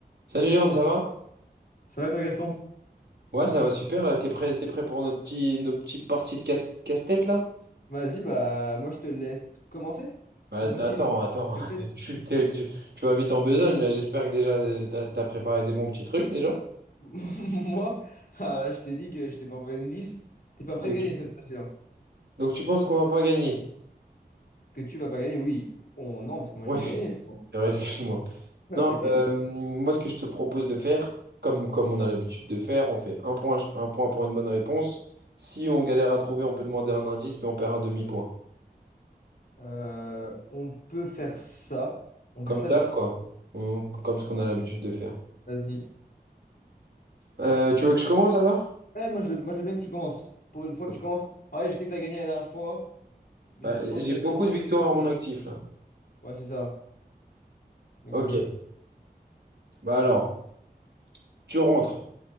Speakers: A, on the right; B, on the left.
A: Salut Léon, ça va?
B: Ça va et toi, Gaston?
A: Ouais, ça va super là. T'es prêt, t'es prêt pour notre petit, nos petites parties de casse, tête là?
B: Vas-y, bah moi je te laisse commencer
A: Bah,
B: cette
A: d-
B: fois-ci.
A: attends, attends.
B: Peut-être.
A: <laughs> Tu, t'es- tu, tu vas vite en besogne là. J'espère que déjà euh, t'as, t'as préparé des bons petits trucs déjà.
B: <laughs> Moi, ah, là, je t'ai dit que je t'ai préparé une liste. T'es pas prêt
A: Ok.
B: de gagner cette fois-ci, là.
A: Donc tu penses qu'on va pas gagner?
B: Que tu vas pas gagner, oui. On... Non, parce que moi
A: Ouais,
B: je vais
A: <laughs> c'est
B: gagner. Bon,
A: vrai, excuse-moi.
B: <laughs>
A: Non,
B: T'inquiète.
A: euh, moi ce que je te propose de faire, comme, comme on a l'habitude de faire, on fait un point, un point pour une bonne réponse. Si on galère à trouver, on peut demander un indice, mais on perd un demi-point.
B: Euh, on peut faire ça. On
A: Comme
B: fait ça
A: d'hab,
B: du coup.
A: quoi. On- comme ce qu'on a l'habitude de faire.
B: Vas-y.
A: Euh, tu veux que je commence alors?
B: Ouais, moi je... moi je veux bien que tu commences. Pour une fois
A: Ouais.
B: que tu commences. Ah Ouais, je sais que t'as gagné la dernière fois, mais
A: Bah,
B: justement
A: j'ai
B: je te laisse
A: beaucoup
B: commencer
A: de victoires
B: parce
A: à
B: que.
A: mon actif là.
B: Ouais, c'est ça. Donc
A: Ok.
B: euh,
A: Bah alors, tu rentres.